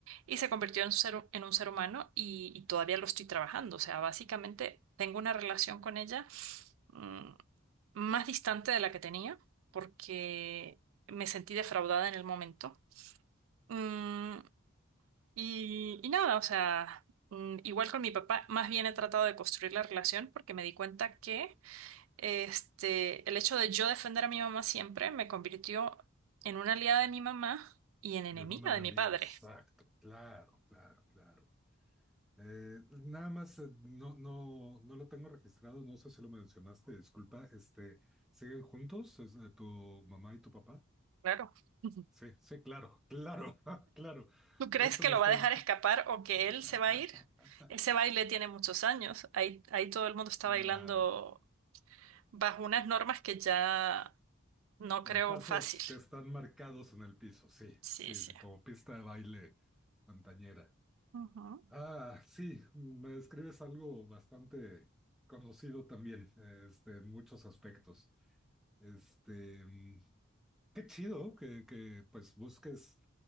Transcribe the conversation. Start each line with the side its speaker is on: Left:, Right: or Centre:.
Right: y se convirtió en, un ser, en un ser humano y, y todavía lo estoy trabajando. O sea, básicamente tengo una relación con ella mm, más distante de la que tenía porque me sentí defraudada en el momento. Mm, y, y nada, o sea, mm, igual con mi papá, más bien he tratado de construir la relación porque me di cuenta que este, el hecho de yo defender a mi mamá siempre me convirtió en una aliada de mi mamá y en enemiga
Centre: Yo no una
Right: de
Centre: amiga,
Right: mi padre.
Centre: exacto, claro, claro, claro. Eh, nada más, eh, no, no, no lo tengo registrado, no sé si lo mencionaste, disculpa, este, ¿siguen juntos Es, eh, tu mamá y tu papá?
Right: Claro. <laughs>
Centre: Sí, sí, claro, claro, <laughs> claro.
Right: ¿Tú crees
Centre: De hecho,
Right: que
Centre: me
Right: lo
Centre: estás...
Right: va a dejar escapar o que él
Centre: <laughs>
Right: se va a ir? Ese baile tiene muchos años. Ahí, ahí todo el mundo está
Centre: Claro,
Right: bailando bajo unas normas que ya no creo
Centre: Eh, pasos
Right: fácil.
Centre: que están marcados en el piso, sí,
Right: Sí,
Centre: sí,
Right: sí.
Centre: sí, como pista de baile antañera.
Right: Ujú.
Centre: Ah, sí, me describes algo bastante conocido también, este, en muchos aspectos. Este, mm, qué chido que, que, pues busques